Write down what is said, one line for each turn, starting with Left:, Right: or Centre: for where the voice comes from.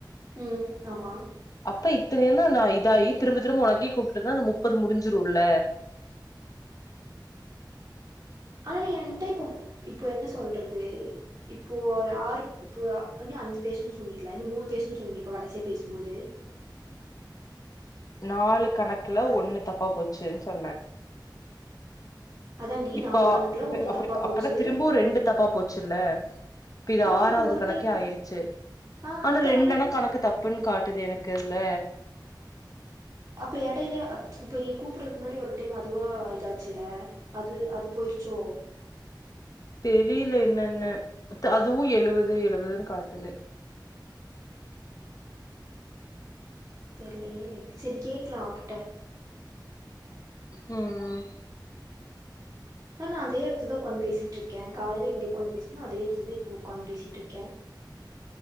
Right: ம் ஆமா
Left: அப்ப இத்தனைையென்ன நா இதாயி திரும்ப திரும்ப உனக்கே கூப்ட்டு இருந்தா அந்த முப்பது முடிஞ்சிருல்ல
Right: ஆனா நீ என்ட்ட இப்போ இப்ப என்ன சொல்றது இப்போ ஆறு இப்போ இன்னு அஞ்சு பேசுன் சொன்னீல இன்னு மூனு பேசுன் சொன்னீல இப்ப கடைசியா பேசும்போது
Left: நாலு கணக்குல ஒண்ணு தப்பா போச்சுன் சொன்ன
Right: அதாண்டி
Left: இப்போ
Right: நாலு கணக்குல
Left: அப்பு
Right: ஒண்ணு
Left: அப்டி
Right: தப்பா போச்சு
Left: அப்பனா திரும்போ ரெண்டு தப்பா போச்சுல்ல இப்ப இது
Right: ஆனா
Left: ஆறாவது
Right: இப்போ ஒரு
Left: கணக்கே
Right: டைம்ல
Left: ஆயிருச்சு
Right: ஆ
Left: ஆனா
Right: அதா
Left: ரெண்டன்ன
Right: இப்போ
Left: கணக்கு த ப்புன் காட்டுது எனக்கு அதுல
Right: அப்லே எடைல இப்போ நீ கூப்பறதுக்கு முன்னாடி ஒரு டைம் அதுவா இதாச்சுல அது அது போயிருச்சோ
Left: தெரியல என்னன்னு அதுவு எழுவது எழுவதுன் காட்டுது
Right: தெர்லயே செரி கேக்லா அவ கிட்ட
Left: ம் ம்
Right: நானு அதே எடத்துல தா உக்காந்து பேசிட்ருக்கே காலேல இங்க உக்காந் பேசுனே அதே எடத்துல தா இப்போ உக்காந் பேசிட்ருக்கே